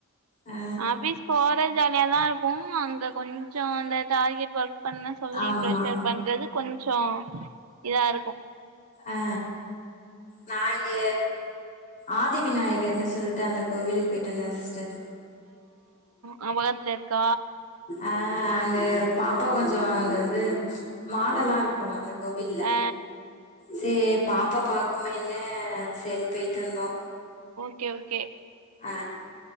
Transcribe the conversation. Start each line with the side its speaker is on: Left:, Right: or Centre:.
Left: ஆ
Right: ஆஃபீஸ் போற ஜாலியதா இருக்கு அங்க கொஞ்சோ அந்த டார்கெட் ஒர்க் பண்ண சொல்லி
Left: ஆமா
Right: ப்ரெஷர் பண்றது கொஞ்சோ இதா இருக்கு
Left: ஆ நா இங்க ஆதி விநாயகர்னு சொல்லிட்டு அந்த கோவிலுக்கு போயிட்டு வந்தே சிஸ்டர்
Right: அங்க பக்கத்துல இர்க்க
Left: அ அங்க பாப்பா கொஞ்ச அங்க வந்து மாடெல்லா இருக்கு அந்த கோவில்ல
Right: ஆ
Left: சே பாப்பா பக்குமேனு சேர்னு போயிட்டு வந்தோ
Right: ஓகே ஓகே
Left: ஆ